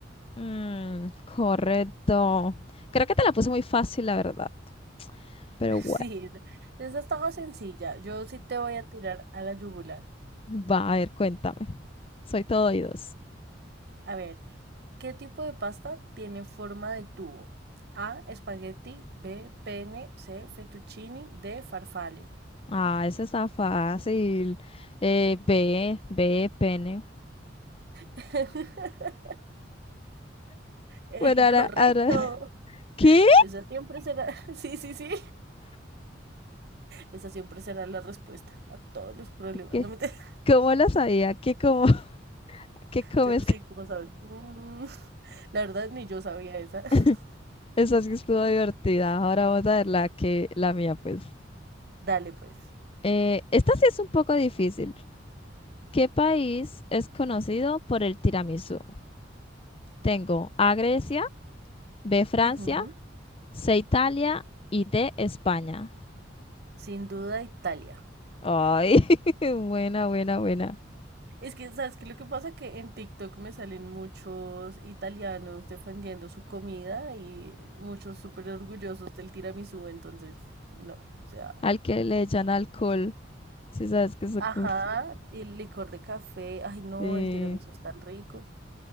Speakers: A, on the left; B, on the right.
A: Mm, correcto. Creo que te la puse muy fácil, la verdad. Pero
B: <laughs>
A: bueno,
B: Sí, esa esa estaba sencilla. Yo sí te voy a tirar a la yugular.
A: va, a ver, cuéntame. Soy todo oídos.
B: A ver, ¿qué tipo de pasta tiene forma de tubo? A, espagueti, B, pene, C, fettuccini, D, farfalle.
A: Ah, eso está fácil. Eh, B, B, pene.
B: <laughs> Eh,
A: Bueno, ahora,
B: correcto.
A: ahora. <laughs> ¿Qué?
B: Esa siempre será, <laughs> sí, sí, sí, esa siempre será la respuesta a todos los problemas.
A: ¿Qué?
B: No me te... <laughs>
A: ¿Cómo lo sabía? ¿Qué como? <laughs> ¿Qué comes?
B: Yo sí, como sabes. Mm, <laughs> la verdad, ni yo sabía esa. <laughs>
A: <laughs> Esa sí estuvo divertida. Ahora vamos a ver la que, la mía, pues.
B: Dale, pues.
A: Eh, esta sí es un poco difícil. ¿Qué país es conocido por el tiramisú? Tengo A Grecia, B Francia,
B: Ujú.
A: C Italia y D España.
B: Sin duda, Italia.
A: Ay, <laughs> buena, buena, buena.
B: Es que, ¿sabes qué? Lo que pasa que en TikTok me salen muchos italianos defendiendo su comida y muchos súper orgullosos del tiramisú, entonces, no, o sea.
A: Al que le echan alcohol. Sí, sabes que es...
B: Ajá,
A: por-
B: y el licor de café. Ay, no,
A: Sí.
B: el tiramisú es tan rico.